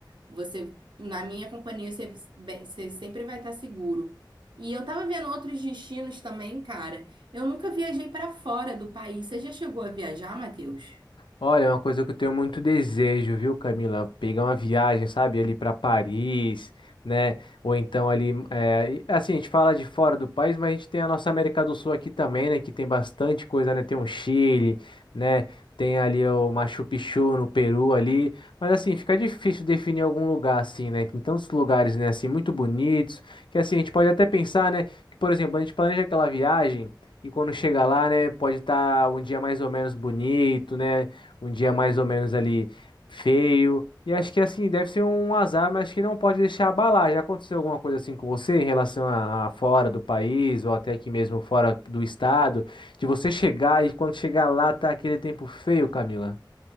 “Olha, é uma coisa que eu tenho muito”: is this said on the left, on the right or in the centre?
Left